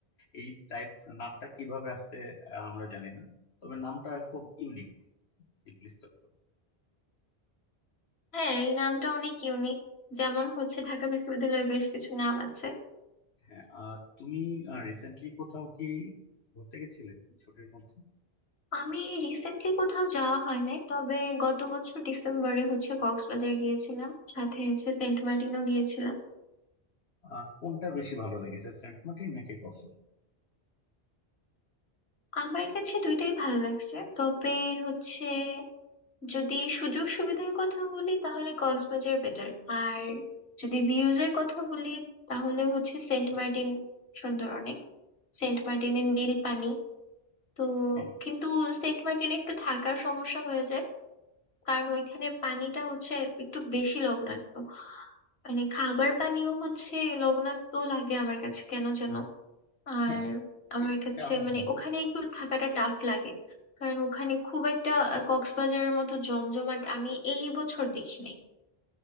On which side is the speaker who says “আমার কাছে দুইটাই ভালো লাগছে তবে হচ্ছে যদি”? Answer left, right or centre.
Left